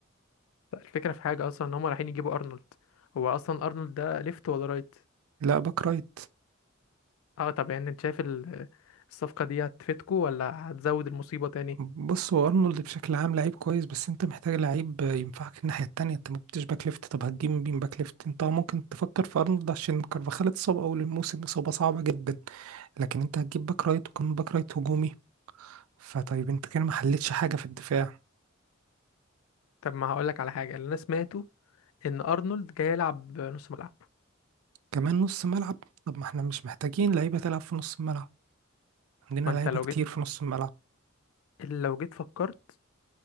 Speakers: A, on the left; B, on the right.
A: الفكرة في حاجة أصلا إن هما رايحين يجيبوا أرنولد هو أصلا أرنولد ده ليفت ولا رايت؟
B: لا باك رايت
A: اه طب يعني أنت شايف ال- الصفقة دي هتفيدكوا ولا هتزود المصيبة تاني؟
B: بص هو ارنولد بشكل عام لعيب كويس بس انت محتاج لعيب ينفعك الناحيه التانية انت ما جبتش باك ليفت طب هتجيب مين باك ليفت انت ممكن تفكر في ارنولد عشان كارفاخال اتصاب اول الموسم اصابه صعبه جدا لكن انت هتجيب باك رايت وكمان باك رايت هجومي فطيب انت كده ما حلتش حاجه في الدفاع
A: طب ما هقولك على حاجة اللي أنا سمعته إن أرنولد جاي يلعب نص ملعب
B: كمان نص ملعب طب ما احنا مش محتاجين لعيبه تلعب في نص الملعب عندنا
A: ما
B: لعيبه
A: أنت لو
B: كتير
A: جيت
B: في نص الملعب
A: لو جيت فكرت